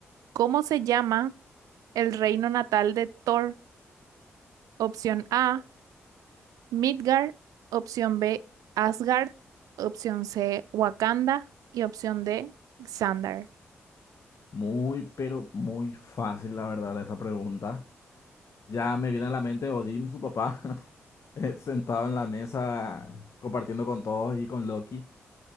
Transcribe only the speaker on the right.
¿cómo se llama el reino natal de Thor? Opción A, Midgard, opción B, Asgard, opción C, Wakanda y opción D, Xandar.